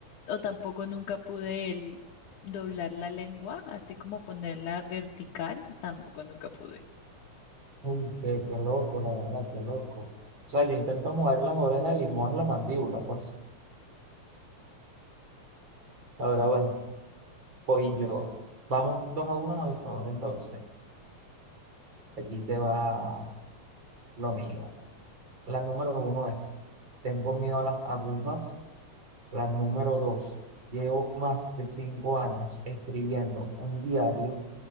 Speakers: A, on the left; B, on the right.
A: o tampoco nunca pude el doblar la lengua, así como ponerla vertical, tampoco nunca pude.
B: Uy, qué, qué loco, la verdad, qué loco. O sea, yo intento mover las orejas y mover la mandíbula, pues. Ahora, bueno, voy yo. Vamos dos a uno a mi favor, entonces. Aquí te va lo mío. La número uno es, tengo miedo a las agujas La número dos, llevo más de cinco años escribiendo un diario.